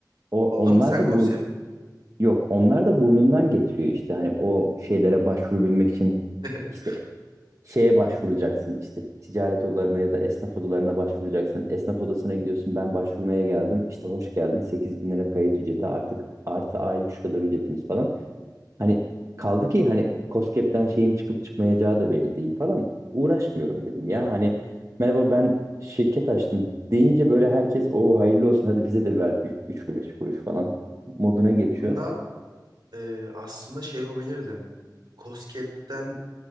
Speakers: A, on the right; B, on the right.
A: o,
B: Aldın
A: onlar
B: mı sen
A: da
B: KOSGEB?
A: bur- Yok onlar da burnundan getiriyor işte hani o şeylere başvurabilmek için
B: <laughs>
A: işte şeye başvuracaksın işte ticaret odalarına ya da esnaf odalarına başvuracaksın. Esnaf odasına gidiyorsun ben başvurmaya geldim işte hoş geldin 8 bin lira kayıt ücreti artık artı aylık şu kadar ücretimiz falan. Hani kaldı ki hani KOSGEB'den şeyin çıkıp çıkmayacağı da belli değil falan uğraşmıyorum dedim ya hani merhaba ben şirket açtım deyince böyle herkes o hayırlı olsun hadi bize de ver 3 kuruş kuruş falan moduna geçiyor.
B: Bunda e, aslında şey yapabilirdin. KOSGEB'den